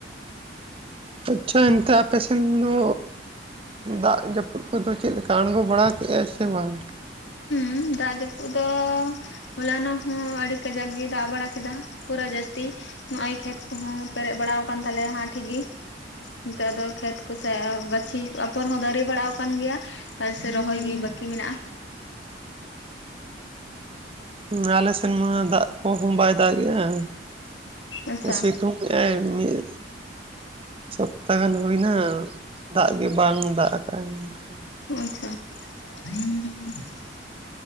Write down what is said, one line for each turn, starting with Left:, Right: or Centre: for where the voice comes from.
Right: ᱟᱪᱪᱷᱟ ᱮᱱᱠᱟ ᱟᱯᱮᱥᱮᱱ ᱫᱚ ᱫᱟᱜ ᱡᱟᱹᱯᱩᱫ ᱠᱚᱫᱚ ᱪᱮᱫᱠᱟ ᱟᱬᱜᱚ ᱵᱟᱲᱟ ᱠᱮᱫ-ᱟᱭ ᱥᱮ ᱵᱟᱝ
Left: ᱦᱩᱸᱢ ᱫᱟᱜ ᱡᱟᱹᱯᱩᱫ ᱫᱚ ᱦᱚᱞᱟᱱᱚᱜ ᱦᱚᱸ ᱟᱹᱰᱤ ᱠᱟᱡᱟᱠ ᱜᱮ ᱫᱟᱜ ᱵᱟᱲᱟ ᱠᱮᱫᱟ ᱯᱩᱨᱟᱹ ᱡᱟᱹᱥᱛᱤ ᱱᱚᱜ-ᱚᱭ ᱠᱷᱮᱛ ᱠᱚᱦᱚᱸ ᱯᱮᱨᱮᱡ ᱵᱟᱲᱟ ᱟᱠᱟᱱ ᱛᱟᱞᱮᱭᱟ ᱦᱟᱸᱜ ᱴᱷᱤᱠ ᱜᱮ ᱱᱤᱛᱚᱜ ᱫᱚ ᱠᱷᱮᱛ ᱠᱚᱥᱮ ᱜᱟᱹᱪᱷᱤ ᱟᱯᱷᱚᱨ ᱦᱚᱸ ᱫᱟᱨᱮ ᱵᱟᱲᱟ ᱟᱠᱟᱱ ᱜᱮᱭᱟ ᱦᱳᱭ ᱥᱮ ᱨᱚᱦᱚᱭ ᱜᱮ ᱵᱟᱹᱠᱤ ᱢᱮᱱᱟᱜ-ᱟ
Right: ᱦᱩ ᱟᱞᱮ ᱥᱮᱱ ᱢᱟ ᱫᱟᱜ ᱠᱚᱦᱚᱸ ᱵᱟᱭ ᱫᱟᱜ ᱮ-ᱟ
Left: ᱟᱪᱪᱷᱟ
Right: ᱥᱤᱛᱩᱝ ᱮ- ᱟᱭ ᱢᱤᱫ ᱥᱚᱯᱛᱟᱦᱚ ᱜᱟᱱ ᱦᱩᱭᱱᱟ ᱫᱟᱜ ᱜᱮ ᱵᱟᱝ ᱫᱟᱜ ᱟᱠᱟᱜ-ᱟᱭ ᱚᱱᱠᱟ
Left: ᱟᱪᱪᱷᱟ <inaudible>